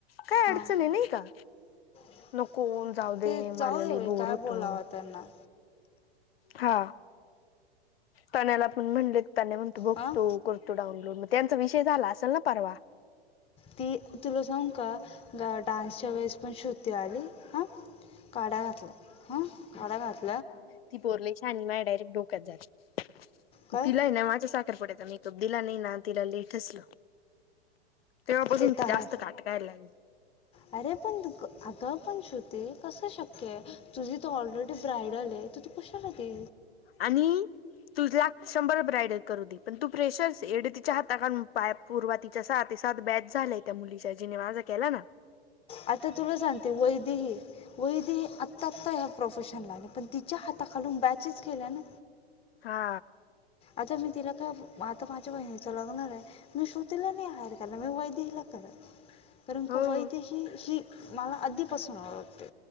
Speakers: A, on the left; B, on the left.
A: काय
B: हा.
A: अडचण आहे नाही का
B: <inaudible>
A: नको जाऊ दे
B: ते जाऊ
A: मला
B: दे
A: लई
B: बाई,
A: बोर
B: काय
A: होतो
B: बोलावं त्यांना.
A: हा तण्याला आपण म्हणले तण्या म्हणतो बघतो
B: हां
A: करतो. तो डाऊनलोड मग त्यांचा विषय झाला असेल ना परवा
B: ती तुला सांगु का ग डान्सच्या वेळेस पण शुती आली हा काड्या घातलं हा काडा घात
A: ती पोरल लई शानी आणि माझ डायरेक्ट डोक्यात जात
B: काय
A: तिला आहे ना माझ साखरपुडायत मी जब दिला नाही ना तिला लेट असल तेव्हापासून
B: ते तर
A: ती
B: आहे
A: जास्त काटकायला लागली.
B: अरे पण अग पण श्रुते कस शक्य आहे कसं शक्य आहे तुझी त ऑलरेडी ब्रायडल आहे? तू कशाला गे
A: आणि तुझला शंभर ब्रायडल करू दे पण तू फेशरस एडतीच्या हाता खालून पाय पूर्वातिच्या साती सात बॅच झालाय त्या मुलीच्या जिने माझा केला ना?
B: आता तुला सांगते वैदही. वैदही आत्ता आत्ता ह्या प्रोफेशनला आहे पण तिच्या हाताखालून बॅचेस गेल्या ना.
A: हा.
B: आता मी तिला का आता माझ्य बहीणीच लागणार आहे. मी श्रुतीला नाही हाईंड केला मी वैदहीला करल. कारण
A: हो
B: वैदही ही ही मला आधीपासून ओळख ते.